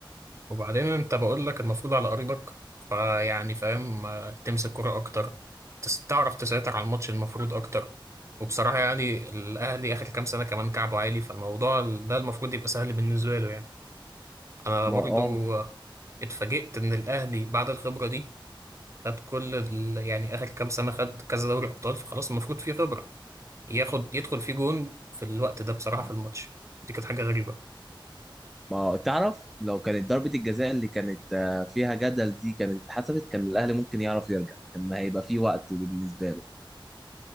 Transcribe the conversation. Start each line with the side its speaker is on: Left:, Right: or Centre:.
Right: وبعدين انت بقول لك المفروض على ارضك فيعني فاهم آه، تمسك كرة اكتر تس- تعرف تسيطر على الماتش المفروض اكتر وبصراحة يعني الاهلي اخر كام سنة كمان كعبه عالي فالموضوع ده المفروض يبقى سهل بالنسبة له يعني انا
Centre: ما
Right: برضو
Centre: اه
Right: آه، اتفاجئت ان الاهلي بعد الخبرة دي خد كل ال... يعني اخر كام سنة خد كذا دوري ابطال فخلاص المفروض فيه خبرة ياخد يدخل فيه جون في الوقت ده بصراحة في الماتش دي كانت حاجة غريبة
Centre: ما تعرف لو كانت ضربة الجزاء اللي كانت آه، فيها جدل دي كانت اتحسبت كان الأهلي ممكن يعرف يرجع كان هيبقى في وقت بالنسبة له